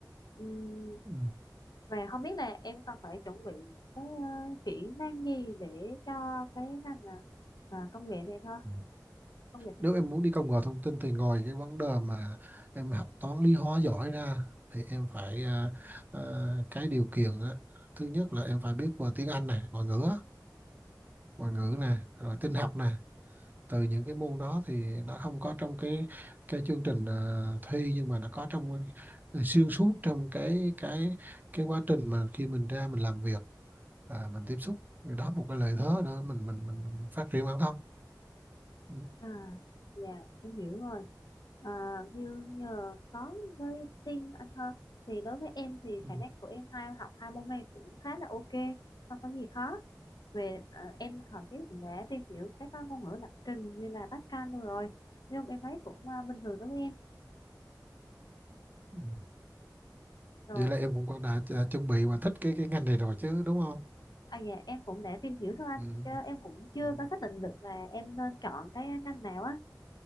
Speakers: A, on the left (about 65°); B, on the right (about 25°).
A: Ừm,
B: Ừ.
A: Và không biết là em còn phải chuẩn bị những cái ờ, kỹ năng gì để cho cái ngành ờ, à, công nghệ này thôi,
B: Ừ.
A: công nghệ thông
B: Nếu em muốn đi công nghệ thông tin thì ngoài cái vấn đề mà em học toán lý hóa giỏi ra thì em phải à, à, cái điều kiện á, thứ nhất là em phải biết về tiếng Anh này ngoại ngữ á, ngoại ngữ này rồi tin học nè từ những cái môn đó thì nó không có trong cái cái chương trình ờ, thi nhưng mà nó có trong ờ, xuyên suốt trong cái cái cái quá trình mà khi mình ra mình làm việc à, mình tiếp xúc thì đó một cái lợi thế nữa mình mình mình, mình phát triển bản thân ừ.
A: À, dạ, em hiểu rồi. À, như nhờ có với tin anh hơn thì đối với em thì
B: Ừ.
A: khả năng của em hai học hai môn này cũng khá là ok, không có gì khó. Về à, em thậm chí cũng đã tìm hiểu các ờ, ngôn ngữ lập trình như là Pascal luôn rồi. Nhưng em thấy cũng ờ, bình thường đối với em.
B: Ừ.
A: Rồi
B: vậy là em cũng có đã, đã chuẩn bị và thích cái cái ngành này rồi chứ đúng không
A: À dạ em cũng đã tìm hiểu thôi anh
B: ừ.
A: chứ em cũng chưa
B: Ừ.
A: có xác định được là em nên chọn cái ngành nào á.